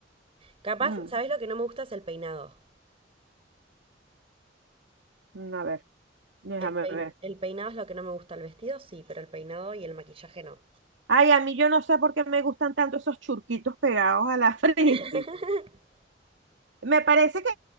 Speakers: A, on the right (about 30°); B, on the right (about 80°).
A: Capaz,
B: mm,
A: ¿sabés lo que no me gusta? Es el peinado.
B: mm, a ver, déjame
A: El pei-
B: ver.
A: el peinado es lo que no me gusta. El vestido sí, pero el peinado y el maquillaje no.
B: Ay, a mí yo no sé por qué me gustan tanto esos churquitos pegados a la <laughs> frente.
A: <laughs>
B: Me parece que,